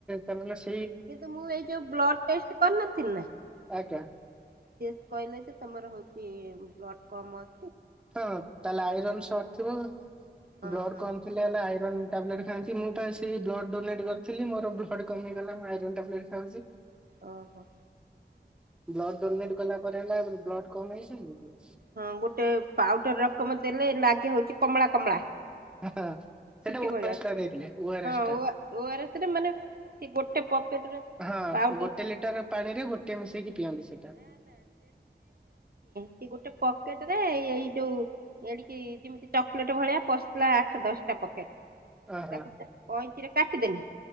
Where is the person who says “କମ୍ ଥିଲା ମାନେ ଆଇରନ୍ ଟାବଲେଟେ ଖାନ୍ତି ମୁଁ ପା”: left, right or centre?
Centre